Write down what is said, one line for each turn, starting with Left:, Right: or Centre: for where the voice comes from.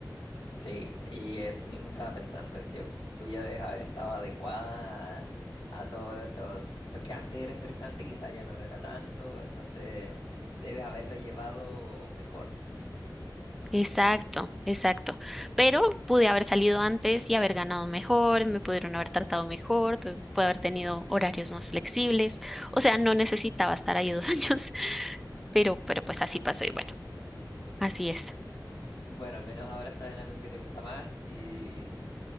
Left: Sí, y eso mismo estaba pensando. Yo, tú ya debes haber estado adecuada a, a todos los... Lo que antes era estresante, quizá ya no lo era tanto, entonces debes haberlo llevado mejor.
Centre: Exacto, exacto. Pero pude haber salido antes y haber ganado mejor, me pudieron haber tratado mejor, tu- pude haber tenido horarios más flexibles. O sea, no necesitaba estar ahí dos <laughs> años, pero, pero pues así pasó y bueno, así es.
Left: Bueno, al menos ahora estás en algo que te gusta más y,